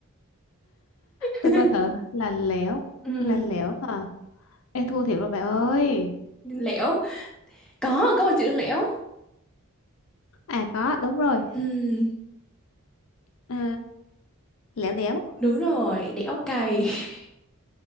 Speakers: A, in the centre; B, on the left.
A: <laughs>
B: Tôi coi thử, lạnh lẽo,
A: Ừm,
B: lạnh lẽo hả? Ê thua thiệt rồi bà ơi.
A: lẽo có có một chữ lẽo
B: À có, đúng rồi.
A: Ừm,
B: À, léo đéo
A: đúng rồi đẽo cày <laughs>